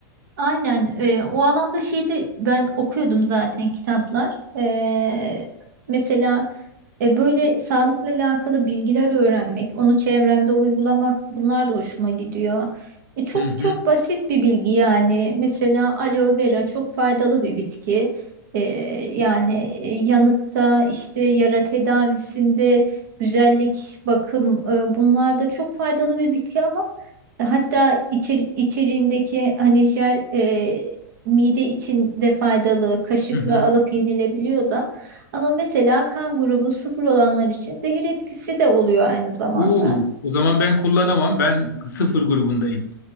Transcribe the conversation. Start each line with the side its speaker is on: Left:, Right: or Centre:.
Right: Aynen e, o alanda şeyde ben okuyordum zaten kitaplar. E, mesela e, böyle sağlıkla alakalı bilgiler öğrenmek, onu çevremde uygulamak bunlar da hoşuma gidiyor. E, çok
Left: Hı
Right: çok
Left: hı
Right: basit bir bilgi yani. Mesela aloe vera çok faydalı bir bitki. E, yani e, yanıkta işte yara tedavisinde güzellik, bakım e, bunlar da çok faydalı bir bitki ama Hatta içer, içeriğindeki hani jel e, mide için de faydalı kaşıkla
Left: hı hı.
Right: alıp yenilebiliyor da. Ama mesela kan grubu sıfır olanlar için zehir etkisi de oluyor aynı zamanda.
Left: Uu, o zaman ben kullanamam. Ben sıfır grubundayım.